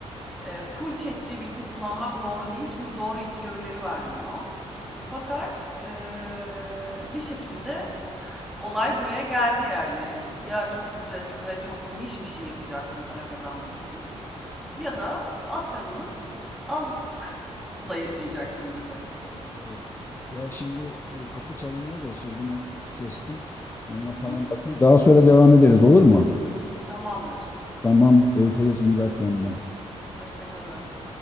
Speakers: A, in the centre; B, on the left.
A: e, full ChatGPT kullanmak doğru değil çünkü doğru içgörüleri vermiyor.
B: evet.
A: Fakat e, bir şekilde olay buraya geldi yani. Ya çok stresli ve çok niş bir şey yapacaksın para kazanmak için ya da az kazanıp azla <laughs> yaşayacaksın gibi.
B: Evet, evet. Ya şimdi e, kapı çalınıyor da sözünü kestim. Bir Ona falan
A: Hı hı,
B: bakayım. Daha sonra devam ederiz olur mu?
A: tamamdır.
B: Tamam, görüşürüz. İyi bak kendine.
A: Hoşça kalın.